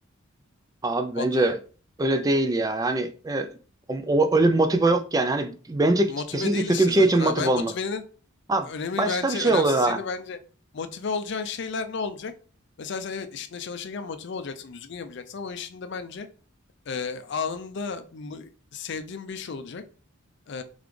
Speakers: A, on the right; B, on the left.
A: abi
B: O
A: bence
B: da
A: öyle değil ya. Yani e, o, o- öyle bir motive yok yani. Hani bence
B: motive
A: kesinlikle
B: değil
A: kötü
B: işte
A: bir
B: zaten.
A: şey için
B: Ha,
A: motive
B: ben
A: olmaz.
B: motivenin
A: Ha
B: önemi
A: başka
B: bence,
A: bir şey
B: önemsizliğini
A: oluyor ha.
B: bence motive olacağın şeyler ne olacak? Mesela sen evet işinde çalışırken motive olacaksın, düzgün yapacaksın ama o işinde bence e, anında mu- sevdiğin bir iş olacak. E,